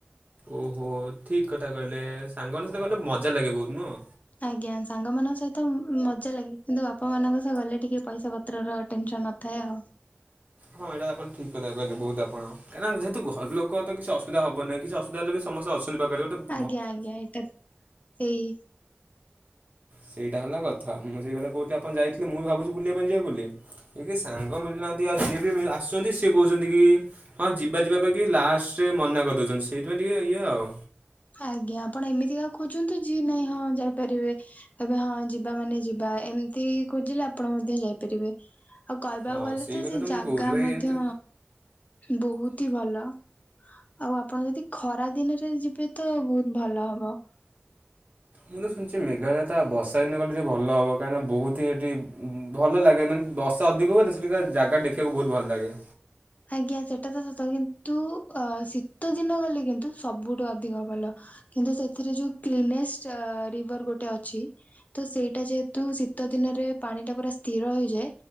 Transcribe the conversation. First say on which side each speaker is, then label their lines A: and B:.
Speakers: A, on the right; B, on the left.
A: ଓହୋ ଠିକ୍ କଥା କହିଲେ ସାଙ୍ଗମାନଙ୍କ ସହିତ ଗଲେ ମଜା ଲାଗେ ବହୁତ୍ ନୁହଁ?
B: ଆଜ୍ଞା ସାଙ୍ଗମାନଙ୍କ ସହିତ ମ ମଜା ଲାଗେ କିନ୍ତୁ ବାପା ମାନଙ୍କ ସହ ଗଲେ ଟିକେ ପଇସା ପ ତ୍ରର ଟେନ୍ ସନ୍ ନଥାଏ ଆଉ।
A: ହଁ ଏଇଟା ଆପଣ ଠିକ୍ କଥା କହିଲେ ବହୁତ ଆପଣ କାରଣ ଯେହେତୁ ଘର ଲୋକ ତ କିଛି ଅସୁବିଧା ହବନି କିଛି ଅସୁବିଧା ହେଲେ ବି ସମସ୍ତେ ଅ ଅଛନ୍ତି ପାଖରେ ଗୋଟେ ବ
B: ଆଜ୍ଞା ଆଜ୍ଞା ଏଇଟା ସେଇ
A: ସେଇଟା ହେଲା କଥା ମୁଁ ସେଇ କଥା କହୁଥିଲି ଆପଣ ଯାଇଥିଲେ ମୁ ବି ଭାବୁଛି ବୁଲିବା ପାଇଁ ଯିବା ବୋଲି। ଏ କେହି ସାଙ୍ଗ ମିଳୁ ନାହାଁନ୍ତି ଆଉ ଯିଏ ବି ମି ଆସୁଛନ୍ତି ସିଏ କହୁଛନ୍ତି କି ହଁ ଯିବା ଯିବା କହିକି ଲାଷ୍ଟ ରେ ମନା କରିଦଉଛନ୍ତି ସେଇଥିପାଇଁ ଟିକେ ଇଏ ଆଉ।
B: ଆଜ୍ଞା ଆପଣ ଏମିତି କା ଖୋଜନ୍ତୁ ଯି ନାଇଁ ହଁ ଯାଇପାରିବେ। କହିବେ ହଁ ଯିବା ମାନେ ଯିବା ଏମିତି ଖୁଜିଲେ ଆପଣ ମଧ୍ୟ ଯାଇପାରିବେ। ଆଉ କହିବାକୁ
A: ହଁ
B: ଗଲେ
A: ସେଇ
B: ତ
A: କଥା
B: ସେ ଜାଗା
A: ମୁଁ କହୁଛି ଭାଇ
B: ମଧ୍ୟ
A: ଏମିତି
B: ବହୁତ୍ ହିଁ ଭଲ। ଆଉ ଆପଣ ଯଦି ଖରା ଦିନରେ ଯିବେ ତ ବହୁତ୍ ଭଲ ହବ।
A: ମୁଁ ତ ଶୁଣିଛି ମେଘାଳୟ ତ ବର୍ଷା ଦିନେ ଗଲେ ଟିକେ ଭଲ ହେବ କାହିଁକିନା ବହୁତ ହିଁ ଏଠି ଉଁ ଭଲ ଲାଗେ ମାନେ ବର୍ଷା ଅଧିକ ହୁଏ ତ ସେଠିକା ଜାଗା ଦେଖିବାକୁ ବହୁତ୍ ଭଲ ଲାଗେ।
B: ଆଜ୍ଞା ସେଟା ତ ସତ କିନ୍ତୁ ଅ ଶୀତ ଦିନ ଗଲେ କିନ୍ତୁ ସବୁଠୁ ଅଧିକ ଭଲ। କିନ୍ତୁ ସେଥିରେ ଯୋଉ କ୍ଲିନେଷ୍ଟ ଆ ରିଭର ଗୋଟେ ଅଛି ତ ସେଇଟା ଯେହେତୁ ଶୀତ ଦିନରେ ପାଣି ଟା ପୁରା ସ୍ଥିର ହେଇଯାଏ